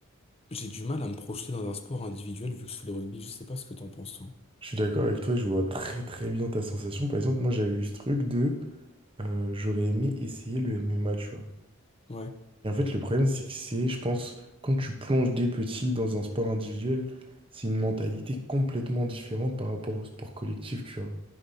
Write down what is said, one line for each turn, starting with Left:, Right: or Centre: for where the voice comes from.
Left: j'ai du mal à me projeter dans un sport individuel vu que je fais le rugby. Je sais pas ce que t'en penses toi.
Right: Je suis d'accord avec toi, je vois très très bien ta sensation. Par exemple, moi j'avais eu ce truc de euh, j'aurais aimé essayer le MMA, tu vois.
Left: Ouais,
Right: Et en fait, le problème, c'est que c'est, je pense, quand tu plonges des petits dans un sport individuel, c'est une mentalité complètement différente par rapport au sport collectif, tu vois.